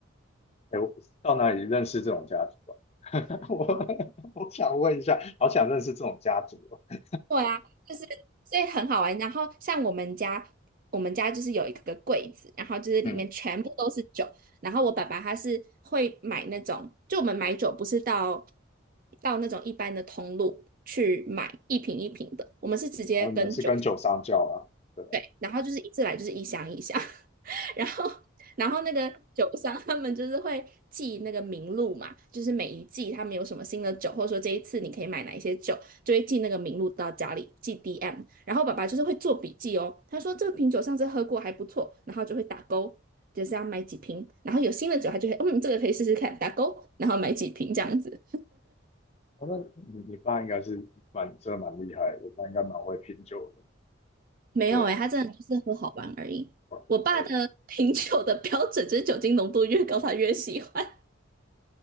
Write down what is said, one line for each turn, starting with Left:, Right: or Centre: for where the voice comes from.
Left: 哎，我到哪里认识这种家族啊？<laughs> 我我想问一下，好想认识这种家族啊。
Right: 对啊，就是所以很好玩。然后像我们家，我们家就是有一个柜子，然后就是里面全部都是酒。
Left: 嗯，
Right: 然后我爸爸他是会买那种，就我们买酒不是到到那种一般的通路去买一瓶一瓶的，我们是直接跟酒。
Left: 哦，你们是跟酒商叫啊？对，
Right: 对，然后就是一次来就是一箱一箱，<laughs> 然后然后那个酒商他们就是会记那个名录嘛，就是每一季他们有什么新的酒，或者说这一次你可以买哪一些酒，就会记那个名录到家里，记 DM。然后爸爸就是会做笔记哦，他说这个瓶酒上次喝过还不错，然后就会打勾，就是要买几瓶。然后有新的酒他就会，嗯，这个可以试试看，打勾，然后买几瓶这样子。
Left: 哦，那你你爸应该是蛮真的蛮厉害的，我爸应该蛮会品酒的。
Right: 没有诶，
Left: 对，
Right: 他真的就是喝好玩而已。
Left: 哦哦
Right: 我爸的 <laughs> 品酒的标准就是酒精浓度越高，他越喜欢。